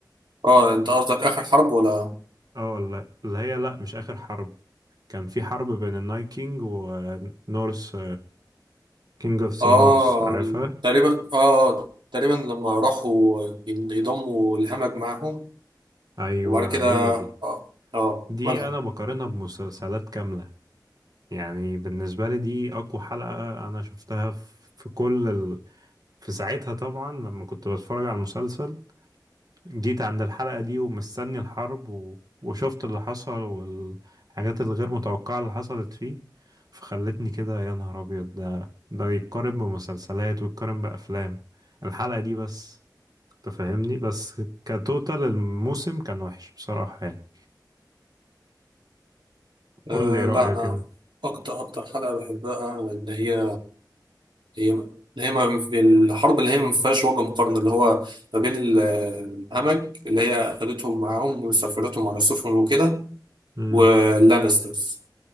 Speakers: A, on the right (about 85°); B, on the right (about 55°).
A: اه انت قصدك اخر حرب ولا
B: اه لا اللي هي لا مش آخر حرب كان في حرب بين النايت كينج ونورس كينج اوف
A: اه
B: ذا نورس عارفها
A: تقريبا اه تقريبا لما راحوا يضموا الهمج معاهم
B: ايوه
A: وبعد كده
B: هي دي
A: اه اه
B: دي
A: مالها
B: انا بقارنها بمسلسلات كاملة يعني بالنسبة لي دي اقوى حلقة انا شفتها في في كل ال... في ساعتها طبعا لما كنت بتفرج على المسلسل جيت عند الحلقة دي ومستني الحرب و... وشفت اللي حصل والحاجات الغير متوقعة اللي حصلت فيه فخلتني كده يا نهار أبيض ده ده يتقارن بمسلسلات ويتقارن بأفلام الحلقة دي بس تفهمني بس كتوتال الموسم كان وحش بصراحة يعني
A: أه
B: قول لي رأيك
A: لا أنا
B: انت
A: أكتر أكتر حلقة بحبها اللي هي هي اللي هي ما في الحرب اللي هي ما فيهاش وجه مقارنة اللي هو ما بين ال- الهمج اللي هي أخدتهم معاهم وسافرتهم على السفن وكده
B: امم
A: واللانسترز